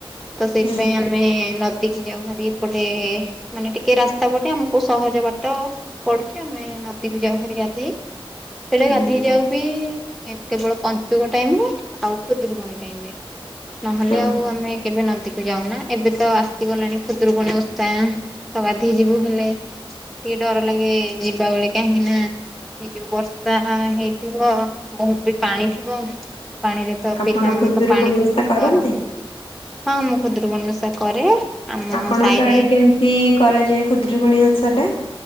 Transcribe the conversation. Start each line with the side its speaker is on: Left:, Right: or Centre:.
Centre: ତ ସେଇଥିପାଇଁ
Left: ହୁଁ
Centre: ଆମେ ନ ଦି କି ଯାଉ ହରି ଏପଟେ ମାନେ ଟିକେ ରାସ୍ତା ପଟେ ଆମକୁ ସହଜ ବାଟ। ପଡୁଚି ଆମେ ନଦୀକୁ ଯାଉ ହରି ଗାଧେଇ ସେଇଟା
Left: ହୁଁ
Centre: ଗାଧେଇ ଯାଉ ବି କେବଳ ପଞ୍ଚୁକ ଟାଇମରେ ଆଉ ଖୁଦୁରୁକୁଣି ଟାଇମରେ। ନହେଲେ
Left: ଅ
Centre: ଆଉ ଆମେ କେବେ ନଦୀକୁ ଯାଉନା ଏବେ ତ ଆ ସିଗଲାଣି ଖୁଦୁରୁକୁଣୀ ଓଷା ତ ଗାଧେଇ ଯିବୁ ହେଲେ। ଟିକେ ଡର ଲାଗେ ଯିବା ବଳେ କାହିଁକି ନା ଏଇ ଯୋଉ ବର୍ଷା ହେଇଥିବ ବୋହୁତ୍ ବି ପାଣି ଥିବ। ପାଣିରେ ତ
Left: ଆପଣ
Centre: ପିଲାମାନେ
Left: ଖୁଦୁରୁକୁୁଣି
Centre: ତ ପାଣି କି
Left: ଓଷା
Centre: ଡରନ୍ତି।
Left: କରନ୍ତି?
Centre: ହଁ ମୁଁ ଖୁଦୁରୁକୁଣୀ ଓଷା କରେ। ଆମ
Left: ଆପଣଙ୍କ
Centre: ସାହିରେ
Left: ଆଡେ କେମ୍ତି କରାଯାଏ ଖୁଦୁରୁକୁଣୀ ଓଷା ଟା?